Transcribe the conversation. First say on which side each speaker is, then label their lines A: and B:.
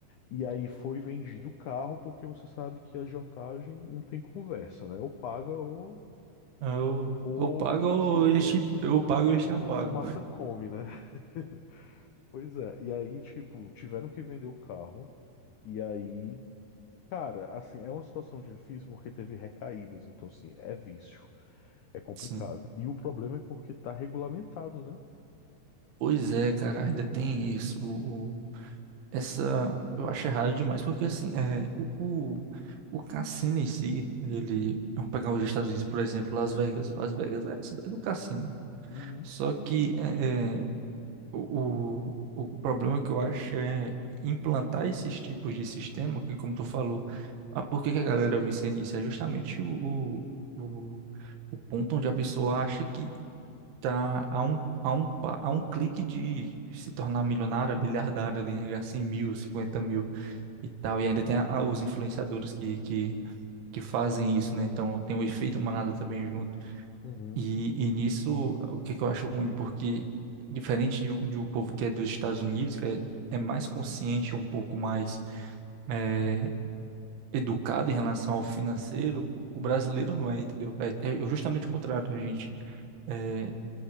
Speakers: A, on the left; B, on the right.
A: E aí foi vendido o carro, porque você sabe que a agiotagem não tem conversa, né? Ou paga ou,
B: Eu,
A: ou,
B: eu pago ou
A: ou, te- ou-
B: eles te- eu pago ou eles te apagam.
A: ou a fumaça come, né? <laughs> Pois é, e aí, tipo, tiveram que vender o carro. E aí Cara, assim, é uma situação difícil porque teve recaídas, então assim, é vício, é complicado.
B: Sim.
A: E o problema é porque tá regulamentado, né?
B: Pois é, cara, ainda tem isso. o Essa eu acho errado demais, porque assim, é, o, o, o cassino em si, ele. Vamos pegar os Estados Unidos, por exemplo, Las Vegas. Las Vegas é a cidade do cassino.
A: Uhum.
B: Só que é, é, o, o, o problema que eu acho é implantar esses tipos de sistema, que como tu falou, ah, por que que a galera vicia nisso? É justamente o, o, o, o ponto onde a pessoa acha que tá a um a um, pa- a um clique de se tornar milionária, miliardária ali, né? ganhar 100 mil, 50 mil e tal. E ainda tem a- a- os influenciadores que, que, que fazem isso, né? Então tem o efeito manada também junto.
A: Uhum,
B: E, e nisso, o que, que eu acho ruim? Porque diferente de, o- de o povo que é dos Estados Unidos, que é, é mais consciente, um pouco mais eh, educado em relação ao financeiro, o
A: uhum.
B: brasileiro não é, entendeu? É, é justamente o contrário. A gente, eh,